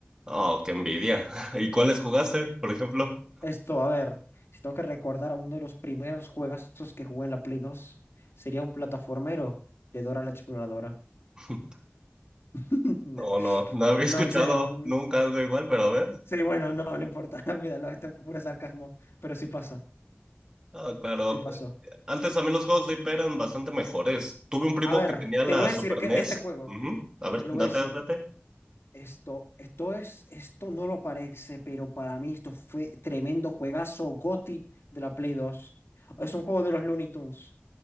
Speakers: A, on the right (about 20°); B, on the left (about 80°).
A: Oh, qué envidia. <laughs> ¿Y cuáles jugaste, por ejemplo?
B: Esto, a ver, si tengo que recordar a uno de los primeros juegazos que jugué en la Play dos sería un plataformero de Dora la Exploradora.
A: <laughs>
B: <laughs>
A: No, no, no había
B: No,
A: escuchado
B: en serio.
A: nunca algo igual, pero a ver.
B: Sí, bueno, no, no importa, <laughs> olvídalo, esto es puro sarcasmo, pero sí pasó,
A: Ah, claro.
B: sí pasó.
A: Antes también los juegos de IP eran bastante mejores. Tuve un primo
B: A ver,
A: que tenía
B: te
A: la
B: voy a
A: Super
B: decir que
A: NES.
B: este juego,
A: Ujú. A ver,
B: te lo
A: date,
B: voy a decir,
A: date.
B: esto, esto es, esto no lo parece, pero para mí esto fue tremendo juegazo GOTY de la Play dos. Es un juego de los Looney Tunes.